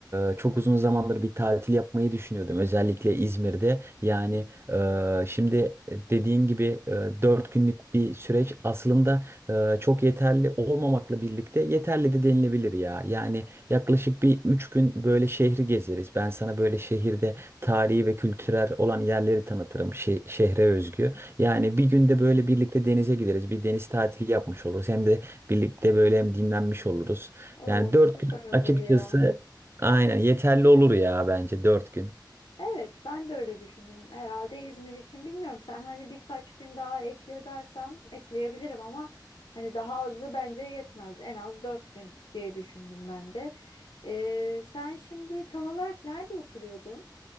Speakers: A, on the right (about 30°); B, on the left (about 80°).
A: e, çok uzun zamandır bir tatil yapmayı düşünüyordum. Özellikle İzmir'de. Yani e, şimdi e, dediğin gibi e, 4 günlük bir süreç aslında e, çok yeterli olmamakla birlikte yeterli de denilebilir ya. Yani yaklaşık bir 3 gün böyle şehri gezeriz. Ben sana böyle şehirde tarihi ve kültürel olan yerleri tanıtırım. Şe- şehre özgü. Yani bir günde böyle birlikte denize gideriz. Bir deniz tatili yapmış oluruz. Hem de Birlikte böyle hem dinlenmiş oluruz.
B: Oo
A: Yani dört
B: süper
A: gün
B: olur
A: açıkçası
B: ya.
A: aynen yeterli olur ya bence dört gün.
B: Evet, ben de öyle düşündüm. Herhalde İzmir için bilmiyorum. Sen hani birkaç gün daha ekle dersen ekleyebilirim ama hani daha azı bence yetmez. En az dört gün diye düşündüm ben de. Ee, sen şimdi tam olarak nerede oturuyordun?